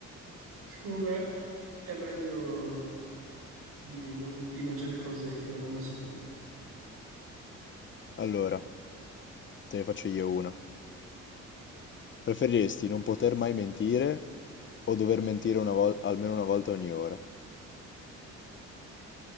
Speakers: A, on the right (about 75°); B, on the left (about 40°).
A: secondo me è meglio di, non- di mangiare cose che non hanno sapore.
B: Allora, te ne faccio io una. Preferiresti non poter mai mentire o dover mentire una vol- almeno una volta ogni ora?